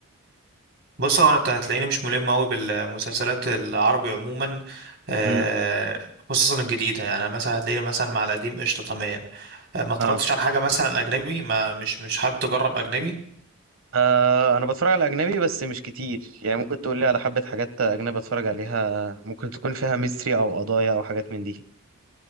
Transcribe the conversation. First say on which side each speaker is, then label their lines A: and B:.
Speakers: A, on the right; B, on the right.
A: بص هو انا هتلاقيني مش ملم قوي بالمسلسلات العربي عموما آه،
B: امم
A: خصوصا الجديده يعني مثلا هتلاقيني مثلا مع القديم قشطه تمام آه، ما اتفرجتش
B: اه
A: على حاجه مثلا اجنبي ما مش مش حابب تجرب اجنبي
B: آه، انا بتفرج على اجنبي بس مش كتير يعني ممكن تقول لي على حبة حاجات اجنبي اتفرج عليها ممكن تكون فيها ميستري او قضايا او حاجات من دي